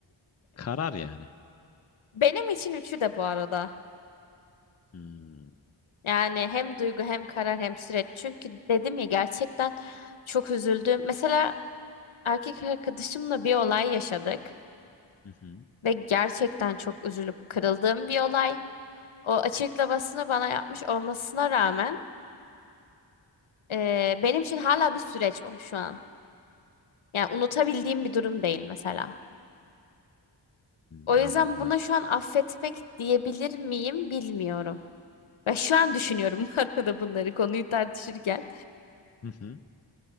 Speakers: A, on the left; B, on the left.
A: Karar yani.
B: <laughs> Benim için üçü de bu arada.
A: Hmm.
B: Yani hem duygu hem karar hem süreç. Çünkü dedim ya gerçekten çok üzüldüm. Mesela erkek arkadaşımla bir olay yaşadık
A: Hı hı.
B: ve gerçekten çok üzülüp kırıldığım bir olay. O açıklamasını bana yapmış olmasına rağmen eee, benim için hala bir süreç o şu an. Yani unutabildiğim bir durum değil mesela.
A: Hmm,
B: O yüzden
A: anladım.
B: buna şu an affetmek diyebilir miyim bilmiyorum. Ve şu an düşünüyorum <laughs> bu arada bunları konuyu tartışırken.
A: Hı hı.